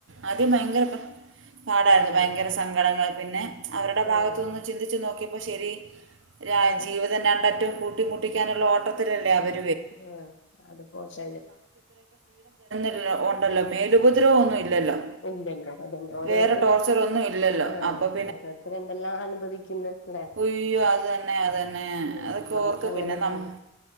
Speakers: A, on the right (about 70°); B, on the left (about 65°).
A: ആദ്യം ഭയങ്കര പാടായിരുന്നു
B: ആഹ്
A: ഭയങ്കര സങ്കടങ്ങൾ പിന്നെ അവരുടെ
B: ആഹ്
A: ഭാഗത്തുനിന്ന് ചിന്തിച്ചു നോക്ക കിയപ്പോ ശരി രാ
B: ആഹ്
A: ജീവിതം രണ്ടറ്റവും കൂട്ടിമുട്ടിക്കാനുള്ള ഓട്ടത്തിലല്ലേ അവർ
B: ആ അത് പോ ശ
A: പി ഉണ്ടല്ലോ മേലുപദ്രവ ഒന്നും ഇല്ലല്ലോ
B: ഇല്ലല്ല അതന്നെ ഓരോരുത്തർ
A: വേറെ ടോർച്ചർ ഒന്നും ഇല്ലല്ലോ
B: ആ
A: അപ്പോൾ
B: ഓരോരുത്തർ എന്തെല്ലാം അനുഭവിക്കുന്ന് ല്ലേ
A: ഒയ്യോ അത് തന്നെ അതു തന്നെ
B: ഉം
A: അതൊക്കെ
B: നമ്മക്ക്
A: ഓർത്ത്
B: അങ്ങനെയൊന്നുല്ല
A: പിന്നെ നമ്